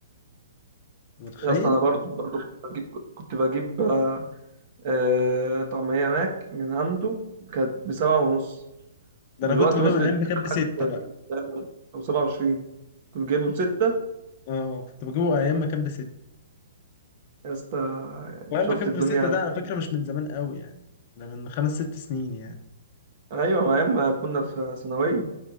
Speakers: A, on the left; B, on the right.
A: متخيل؟
B: يا اصل انا برضو برضو كنت بجيب كنت بجيب آه آه، طعمية ماك من عنده كانت بسبعة ونص
A: ده
B: دلوقتي
A: أنا كنت بجيبه
B: وصلت
A: من أيام ما كان بستة
B: 30
A: بقى
B: او 27 كنت جايبه بستة
A: اه كنت بجيبه أيام ما كان بستة
B: يا اسطى
A: وأيام
B: شفت
A: ما كان
B: الدنيا
A: بستة ده على فكرة مش من زمان قوي يعني ده من خمس ست سنين يعني
B: ايوه ما اما كنا في ثانوية